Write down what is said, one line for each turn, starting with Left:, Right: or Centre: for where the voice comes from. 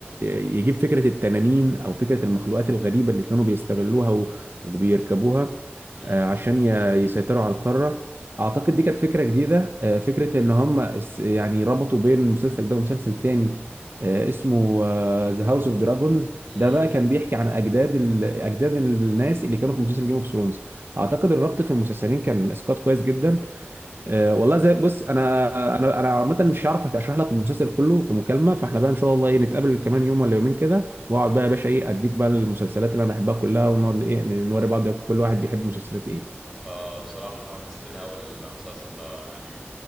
Right: يجيب فكرة التنانين او فكرة المخلوقات الغريبة اللي كانوا بيستغلوها و... وبيركبوها
Centre: امم
Right: آه، عشان ي... يسيطروا على القارة اعتقد دي كانت فكرة جديدة آه، فكرة ان هم اس- يعني ربطوا بين المسلسل ده ومسلسل تاني آه، اسمه ذا هاوس اوف دراجونز
Centre: امم
Right: ده بقى كان بيحكي عن اجداد ال... اجداد الناس اللي كانوا في مسلسل جيم اوف ثرونز اعتقد الربط في المسلسلين كان اسقاط كويس جدا
Centre: امم
Right: آه، والله زي بص انا انا انا عامه مش هعرف اشرح لك المسلسل كله في مكالمه فاحنا بقى ان شاء الله ايه نتقابل كمان يوم ولا يومين كده واقعد بقى يا باشا ايه اديك بقى المسلسلات اللي انا بحبها كلها ونقعد ايه نوري بعض كل واحد بيحب مسلسلات ايه
Centre: فبصراحه مستني اول المسلسل ده يعني